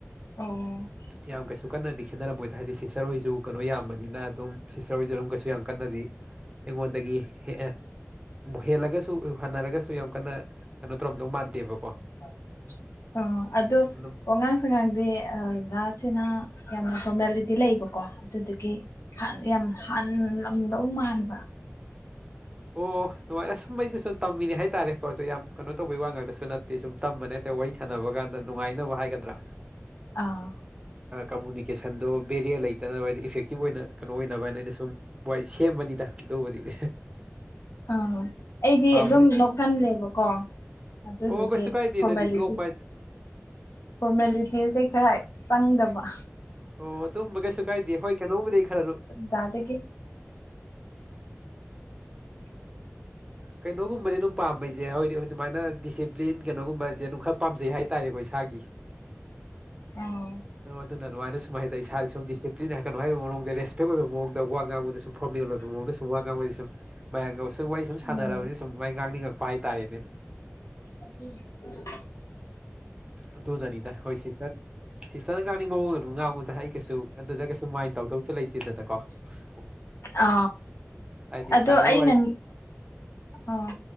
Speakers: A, on the left; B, on the right.
A: ꯑꯣ
B: ꯌꯥꯝ ꯀꯩꯁꯨ ꯀꯟꯅꯗꯤ ꯈꯦꯠꯅꯔꯝꯃꯣꯏꯗꯣ ꯍꯥꯏꯗꯤ ꯁꯤꯁꯇꯔ ꯍꯣꯏꯁꯨ ꯀꯩꯅꯣ ꯌꯥꯝꯕꯅꯤꯅ ꯑꯗꯨꯝ ꯁꯤꯁꯇꯔ ꯑꯣꯏꯖꯔꯝꯒꯁꯨ ꯌꯥꯝ ꯀꯟꯅꯗꯤ ꯑꯩꯉꯣꯟꯗꯒꯤ ꯍꯦ ꯍꯦ ꯂꯒꯦ ꯁꯨ ꯍꯅꯔꯒꯁꯨ ꯌꯥꯝ ꯀꯟꯅ ꯀꯩꯅꯣ ꯇꯧꯔꯝꯗꯧ ꯃꯥꯟꯗꯦꯕꯀꯣ
A: <inaudible> ꯑꯣ ꯑꯗꯣ
B: ꯑꯗꯨꯝ
A: ꯑꯒꯥꯡꯗꯤ ꯉꯥꯁꯤꯅ ꯌꯥꯝꯅ ꯐꯣꯔꯃꯦꯂꯤꯇꯤ ꯂꯩꯕꯀꯣ ꯑꯗꯨꯗꯤ ꯌꯥꯝ ꯍꯥꯟꯂꯝꯗꯧ ꯃꯥꯟꯕ
B: ꯑꯣ ꯑꯗꯨꯃꯥꯏꯅ ꯁꯨꯝ ꯑꯩꯁꯦ ꯁꯨꯝ ꯇꯝꯃꯤꯅꯦ ꯍꯥꯏꯇꯥꯔꯦꯀꯣ ꯑꯗꯣ ꯌꯥꯝ ꯀꯩꯅꯣ ꯇꯧꯕꯒꯤ ꯋꯥ ꯉꯥꯛꯇꯁꯨ ꯅꯦ ꯁꯨꯝ ꯇꯝꯕꯅꯦ ꯍꯥꯏꯇꯥꯔꯦ ꯋꯥꯔꯤꯦ ꯁꯥꯟꯅꯕ ꯀꯥꯟꯗ ꯅꯨꯡꯉꯥꯏꯅꯕ ꯍꯥꯏꯒꯗ꯭ꯔꯥ
A: ꯑꯥ
B: ꯀꯝꯃꯨꯅꯤꯀꯦꯁꯟꯗꯣ ꯕꯦꯔꯤꯌꯔ ꯂꯩꯇꯅꯕ ꯍꯥꯏꯗꯤ ꯏꯐꯦꯛꯇꯤꯞ ꯑꯣꯏꯅ ꯀꯩꯅꯣ ꯑꯣꯏꯅꯕ ꯍꯥꯏꯅ ꯑꯩꯅ ꯁꯨꯝ ꯍꯣꯏ ꯁꯦꯝꯃꯅꯤꯗ ꯑꯗꯨꯕꯨꯗꯤ
A: ꯑꯥ ꯑꯩꯗꯤ
B: ꯑꯄꯥꯝꯕꯗꯤ
A: ꯑꯗꯨꯝ ꯅꯣꯛꯀꯜꯂꯦꯕꯀꯣ ꯑꯗꯨ
B: ꯑꯣ
A: ꯑꯗꯨꯗꯒꯤ
B: ꯀꯩꯁꯨ ꯀꯥꯏꯗꯦ
A: ꯐꯣꯔꯃꯦꯂꯤꯇꯤ
B: ꯑꯗꯨꯗꯤ ꯅꯣꯛꯄ
A: ꯐꯣꯔꯃꯦꯂꯤꯇꯤꯁꯦ ꯈꯔ ꯆꯪꯗꯕ
B: ꯑꯣ ꯑꯗꯨꯝꯕ ꯀꯩꯁꯨ ꯀꯥꯏꯗꯦ ꯍꯣꯏ ꯀꯩꯅꯣꯕꯨꯗꯤ ꯈꯔ
A: ꯗꯥꯗꯤ
B: ꯀꯩꯅꯣꯒꯨꯝꯕꯗꯤ ꯑꯗꯨꯝ ꯄꯥꯝꯕꯩꯁꯦ ꯍꯧꯣꯏꯗꯤ ꯑꯗꯨꯃꯥꯏꯅ ꯗꯤꯁꯤꯄ꯭ꯂꯤꯟ ꯀꯩꯅꯣꯒꯨꯝꯕꯁꯦ ꯑꯗꯨꯝ ꯈꯔ ꯄꯥꯝꯖꯩ ꯍꯥꯏꯇꯥꯔꯦꯀꯣ ꯏꯁꯥꯒꯤ
A: ꯑꯧ
B: ꯑ ꯑꯗꯨꯅ ꯑꯗꯨꯃꯥꯏꯅ ꯁꯨꯝ ꯍꯥꯏꯇꯥꯔꯦ ꯏꯁꯥꯥꯁ ꯁꯨꯝ ꯗꯤꯁꯤꯄ꯭ꯂꯤꯟ ꯍꯥꯏꯀꯠꯅꯨꯡ ꯍꯥꯏꯕ ꯃꯑꯣꯡꯗ ꯔꯦꯁꯄꯦꯛ ꯑꯣꯏꯕ ꯃꯑꯣꯡꯗ ꯋꯥ ꯉꯥꯡꯕꯗ ꯁꯨꯝ ꯄ꯭ꯔꯝꯃꯤꯅ ꯁꯨꯝꯉꯥꯡꯕꯗꯤ ꯁꯨꯝ ꯃꯌꯥꯡꯒ ꯁꯨꯝ ꯋꯥꯔꯤ ꯁꯨꯝ ꯁꯅꯔꯥꯅꯤ
A: ꯎꯝ
B: ꯁꯨꯝ ꯃꯥꯏ ꯉꯥꯡꯅꯤꯡꯉꯛꯄ ꯍꯥꯏꯇꯥꯔꯦꯅꯦ
A: <inaudible>
B: ꯑꯗꯨꯗꯅꯤꯗ ꯍꯣꯏꯁꯤ ꯆ ꯁꯤꯁꯇꯔꯅ ꯉꯥꯡꯅꯤꯡꯕ ꯃꯑꯣꯡꯗ ꯑꯗꯨꯝ ꯉꯥꯡꯉꯨꯗ ꯑꯩ ꯀꯩꯁꯨ ꯑꯗꯨꯗ ꯀꯩꯁꯨ ꯃꯥꯏꯟ ꯇꯧꯗꯧꯁꯨ ꯂꯩꯇꯦꯗꯅꯀꯣ <unintelligible>
A: ꯑ
B: ꯍꯥꯏꯗꯤ
A: ꯑꯗꯣ
B: ꯁꯥꯟꯅꯩ
A: ꯑꯩ
B: ꯋꯥ
A: ꯅ ꯑꯣ